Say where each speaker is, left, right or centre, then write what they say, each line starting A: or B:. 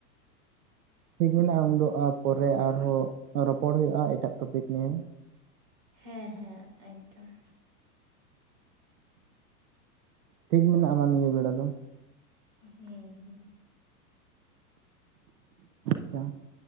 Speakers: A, on the right (about 75°); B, on the right (about 50°).
A: ᱛᱤᱸᱜᱩᱱᱟ ᱩᱱᱫᱚᱜᱼᱟ ᱯᱚᱨᱮ ᱟᱨᱦᱚᱸ ᱨᱚᱯᱚᱲ ᱦᱩᱭᱩᱜᱼᱟ ᱮᱴᱟᱜ ᱴᱚᱯᱤᱠ ᱱᱤᱭᱮ᱾
B: ᱦᱮᱸ ᱦᱮᱸ ᱮᱠᱫᱚᱢ᱾
A: ᱴᱷᱤᱠ ᱢᱮᱱᱟᱜᱼᱢᱟᱱᱮ ᱱᱤᱭᱟᱹ ᱵᱮᱲᱟ ᱫᱚ᱾
B: ᱦᱮᱸ ᱦᱮᱸ᱾
A: <unintelligible>